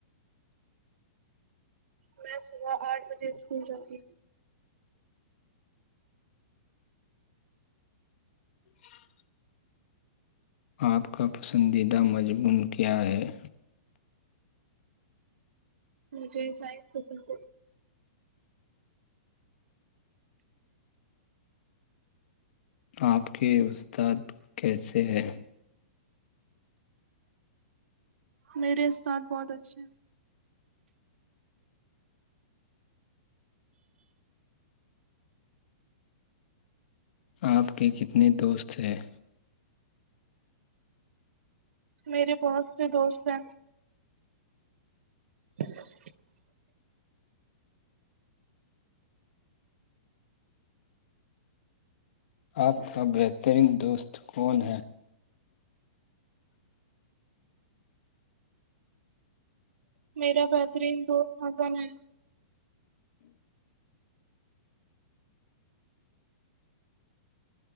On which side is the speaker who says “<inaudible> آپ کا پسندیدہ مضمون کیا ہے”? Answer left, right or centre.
Left